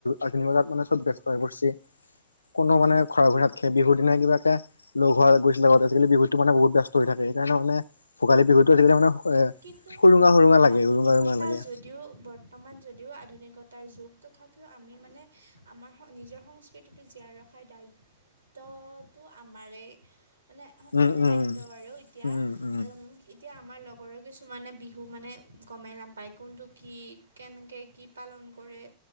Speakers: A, on the left (about 75°); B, on the right (about 80°).
A: আধুন বজাত মানে চব ব্যস্ত হৈ পৰিছে কোনো মানে খৰাঘৰি য়াত খ বিহুৰ দিনা কিবাকে লগ হোৱা গৈছিলে আগ আজিকি বিহুতো মানে বহুত ব্যস্ত হৈ থাকে সকাৰণে মানে ভোগালী বিহুতটো আছিলে মানে
B: কিন্তু
A: সুৰুঙা সুৰুঙা লাগে
B: আধুনিকতা
A: উৰুঙা উৰুঙা লাগে
B: যদিও বৰ্তমান যদিও আধুনিকতা তাৰ যুগ তথাপিও আমি মানে আমাৰ নিজৰ সংস্কৃতিটো জীয়াই ৰখাৰ দায়িত্ব দায়িত্ব আমাৰে মানে সকলোৰে
A: উম উম
B: দায়িত্ব আৰু এতিয়া
A: উম উম
B: এতিয়া আমাৰ লগৰে কি ত মানে বিহু মানে গমেই নাপায় কোনটো কি কেনেকৈ কি পালন কৰে